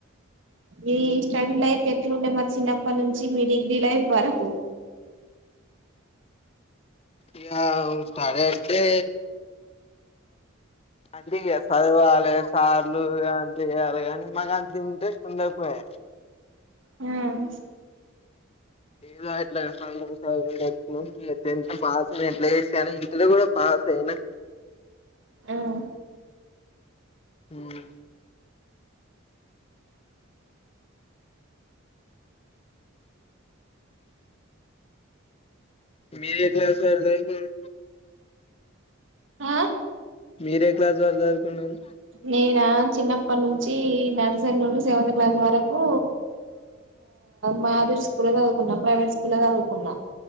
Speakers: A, on the right; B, on the left.
A: మీ స్టడీ లైఫ్ ఎట్లుండే మరి చిన్నప్పటి నుంచి మీ డిగ్రీ లైఫ్ వరకు
B: ఇగ స్టడీ అంటే అంటే ఇగ చదవాలి సార్లు అంత చేయాలి కానీ మాకు అంత ఇంట్రెస్ట్ ఉండకపోయె
A: ఉమ్
B: ఏదట్లా <unintelligible> ఇగ టెన్త్ పాస్ ఎట్లా చేసినాగాని ఇంటరు కూడా పాస్ అయినా
A: ఉమ్
B: ఉమ్ మీరు యే క్లాస్ వరకు చదువుకున్రు
A: ఆ
B: మీరే క్లాస్ వరకు చదువుకున్నారు
A: నేనా చిన్నప్పటి నుంచి నర్సరి నుండి సెవెంత్ క్లాస్ వరకు మాదురి స్కూల్లో చదువుకున్నా ప్రైవేట్ స్కూల్లో చదువుకున్నా